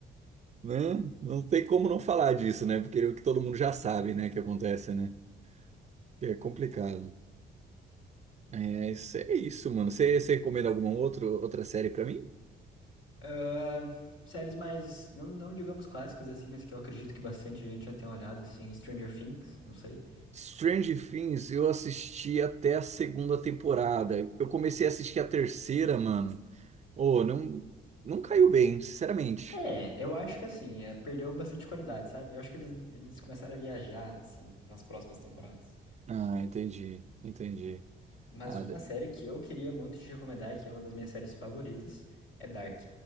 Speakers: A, on the right; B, on the left.
A: né? Não tem como não falar disso, né? Porque o que todo mundo já sabe, né, que acontece, né? Que É complicado. É, isso é isso, mano. Você você recomenda alguma outra, outra série pra mim?
B: Ah, séries mais, não, não digamos clássicas assim, mas que eu acredito que bastante gente já tenha olhado, assim, Stranger Things, não sei.
A: Strange Things, eu assisti até a segunda temporada. Eu comecei a assistir a terceira, mano. Oh, não, não caiu bem, sinceramente.
B: É, eu acho que assim, é, perdeu bastante qualidade, sabe? Eu acho que eles, eles começaram a viajar, assim, nas próximas temporadas.
A: Ah, entendi, entendi.
B: Mas
A: Ah,
B: uma
A: de-
B: série que eu queria muito te recomendar, que é uma das minhas séries favoritas, é Dark.